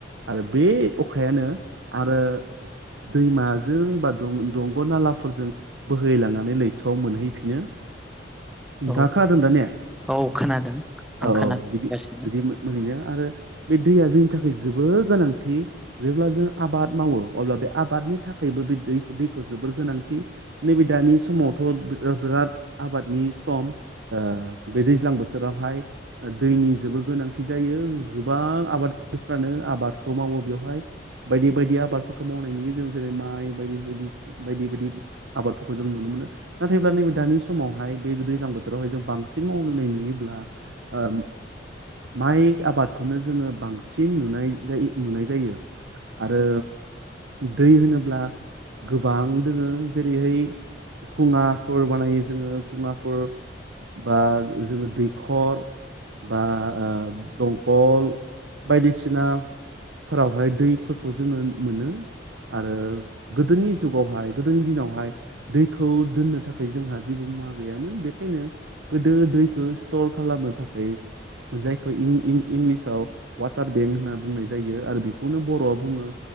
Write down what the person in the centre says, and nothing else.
औ
औ खोनादों आं
खोनागासिनो